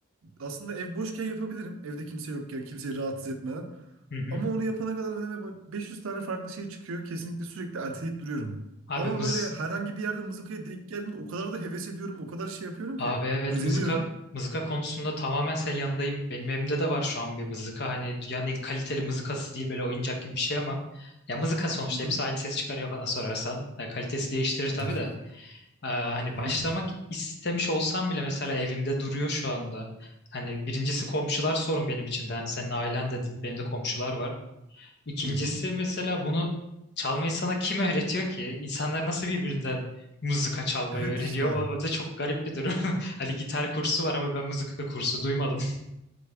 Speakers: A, on the right (about 65°); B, on the left (about 50°).
A: aslında ev boşken yapabilirim. Evde kimse yokken, kimseyi rahatsız etmeden.
B: Hı hı.
A: Ama onu yapana kadar önüme bak- 500 tane farklı şey çıkıyor. Kesinlikle sürekli erteleyip duruyorum.
B: Abi
A: Ama
B: mız-
A: böyle herhangi bir yerde mızıkaya denk geldiğimde o kadar da heves ediyorum, o kadar şey yapıyorum
B: Abi
A: ki.
B: evet
A: Özeniyorum.
B: mızıka mızıka konusunda tamamen senin yanındayım. Benim evimde de var şu an bir mızıka. Hani dünyanın en kaliteli mızıkası değil böyle oyuncak gibi bir şey ama ya mızıka sonuçta
A: Hı hı.
B: hepsi aynı ses çıkarıyor bana sorarsan. Ya kalitesi değiştirir tabii
A: <laughs>
B: de. Ee, hani
A: Hı
B: başlamak
A: hı.
B: istemiş olsam bile mesela evimde duruyor şu anda. Hani birincisi komşular sorun benim için de. Hani senin ailen dedin benim de komşular var. İkincisi
A: Hı hı.
B: mesela bunu çalmayı sana kim öğretiyor ki? İnsanlar nasıl birbirinden mızıka çalmayı
A: Evet
B: öğreniyor?
A: işte.
B: O, o da çok garip bir durum. <laughs> Hani gitar kursu var ama ben mızıka kursu duymadım. <laughs>